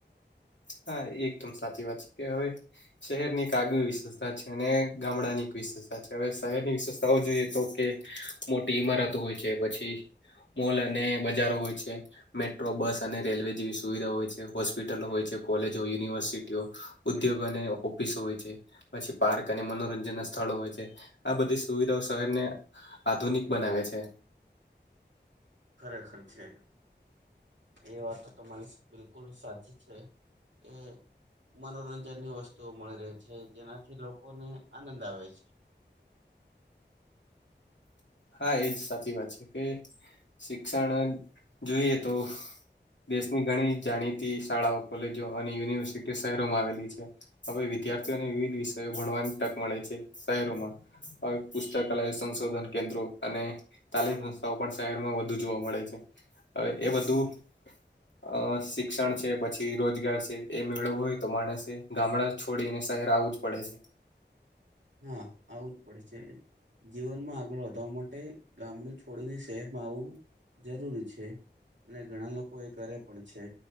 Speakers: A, on the left; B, on the right.
A: હા એકદમ સાચી વાત છે કે હવે. શહેરની ક આગવી વિશેષતા છે અને ગામડાની વિશેષતા છે હવે શહેરની વિશેષતાઓ જોઈએ તો કે મોટી ઈમારતો હોય છે પછી મોલ અને બજારો હોય છે. મેટ્રો બસ અને રેલવે જેવી સુવિધા હોય છે હોસ્પિટલો હોય છે. કોલેજો યુનિવર્સિટીઓ ઉદ્યોગો અને ઓફિસ હોય છે. પછી પાર્ક અને મનોરંજન ના સ્થળો હોય છે આ બધી સુવિધાઓ શહેરને આધુનિક બનાવે છે.
B: ખરેખર છે. એ વાત તો તમારી બિલકુલ સાચી છે કે મનોરંજન ની વસ્તુઓ મળી રહી છે જેનાથી લોકોને આનંદ આવે છે.
A: હા એજ સાચી વાત છે કે શિક્ષણ જોઈએ તો દેશની ઘણી જાણીતી શાળાઓ કોલેજો અને યુનિવર્સિટી શહેરોમાં આવેલી છે. હવે વિદ્યાર્થીઓને વિવિધ વિષયો ભણવાની તક મળે છે શહેરોમાં હ પુસ્તકલય સંશોધન કેન્દ્રો અને તાલીમ સંસ્થાઓ પણ શહેરમાં વધુ જોવા મળે છે. હવે એ બધું અ શિક્ષણ છે પછી રોજગાર છે એ મેળવો હોય તો માણસે ગામડા છોડી ને શહેરે આવવું જ પડે છે.
B: હા આવું જ પડશે. જીવનમાં આગળ વધવા માટે ગામડું છોડીને શહેરમાં આવવું જરૂરી છે. અને ઘણા લોકો એ કરે પણ છે.